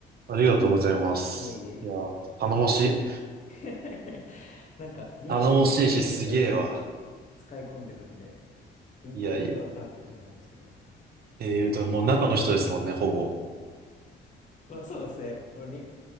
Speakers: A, on the right; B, on the left.
A: ありがとうございます。
B: いやいやいやいや。
A: いやー、頼もしい。
B: いやいやいやなんか、リンクトインはもうめちゃくちゃ
A: 頼もしいし、すげえわ。
B: 使い込んでるんで、リンクトインのことだったらっていう感じなんですけど。
A: いやいや。えー、でももう中の人ですもんね、ほぼ。
B: まあそうですね。もうリ、